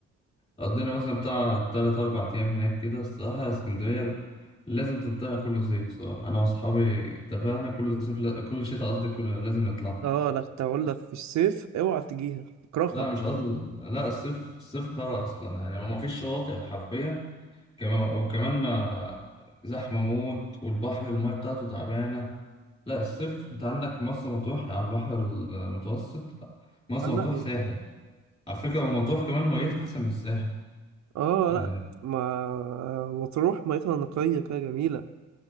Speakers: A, on the left; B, on the right.
A: وقضينا مثلا بتاع تلات أربع أيام هناك كده الصراحة اسكندرية لازم تنطلع كل صيف صراحة أنا وأصحابي اتفقنا كل صيف لا- كل شتاء قصدي كل لازم نطلع
B: اه لا كنت هقول لك في الصيف اوعى تجيها اكرهها
A: لا مش قصدي لا الصيف الصيف خرا أصلا يعني هو مفيش شواطئ حرفيا كمان وكمان ما زحمة موت والبحر المية بتاعته تعبانة لا الصيف انت عندك مرسى مطروح على البحر المتوسط مرسى
B: اه
A: مطروح
B: لا
A: ساحل على فكرة ومطروح كمان ميتها أحسن من الساحل
B: اه
A: آه،
B: لا ما مطروح ميتها نقية كده جميلة